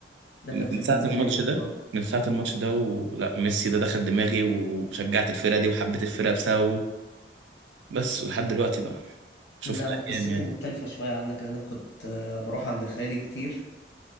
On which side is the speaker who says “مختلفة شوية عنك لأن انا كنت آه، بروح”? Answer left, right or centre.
Left